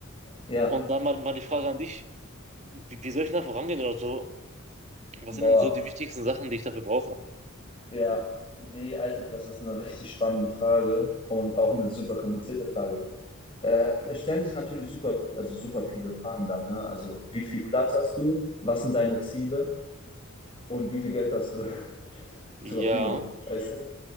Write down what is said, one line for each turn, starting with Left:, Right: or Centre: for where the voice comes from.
Left: ja.
Right: Und dann mal, mal die Frage an dich, wie, wie soll ich denn da vorangehen oder so? Was
Left: Boah,
Right: sind denn so die wichtigsten Sachen, die ich dafür brauche?
Left: ja. Nee, Alter, das ist eine richtig spannende Frage und auch eine super komplizierte Frage. Äh, es stellen sich natürlich super, also super viele Fragen dann, ne? Also, wie viel Platz hast du? Was sind deine Ziele? Und wie viel Geld hast du <laughs> zur
Right: Ja,
Left: Verfügung? Weißt du?